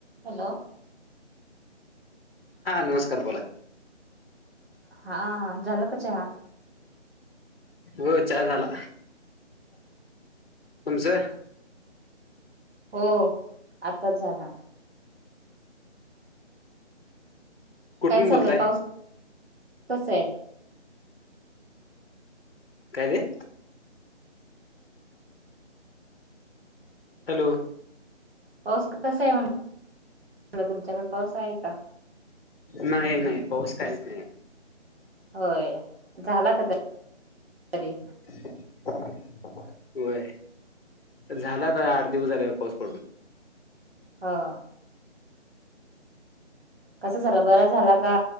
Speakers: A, on the right (about 55°); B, on the left (about 55°).
A: Hello.
B: हा नमस्कार बोला.
A: हा झालं का जेवण.
B: हो चहा झाला.
A: ओके.
B: तुमचे.
A: हो आताच झाला.
B: कुठून
A: काय चाललंय
B: बोलताय
A: पाऊस कस आहे.
B: काये ते. हॅलो
A: पाऊस कसा आहे म्हण तुमच्याकड पाऊस आहे का
B: नाही नाही पाऊस काहीच नाही
A: होय झाला का तर तरी
B: अ <unintelligible> होय झाला तर आठ दिवस झालेवर पाऊस पडून
A: ह कस झाला बरा झाला का